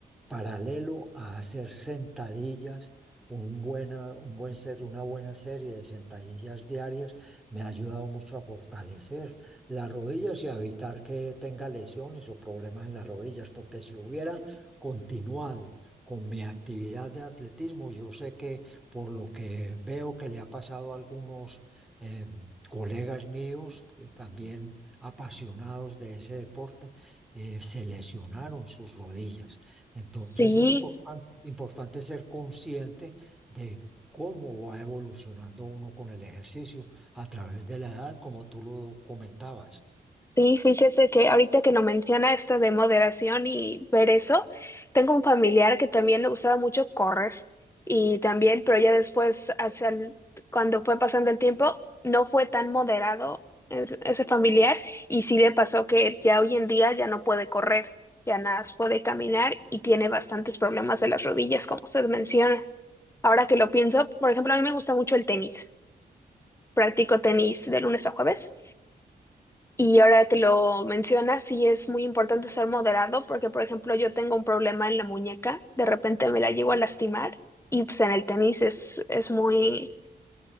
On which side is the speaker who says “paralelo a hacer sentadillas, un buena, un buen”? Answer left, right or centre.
Centre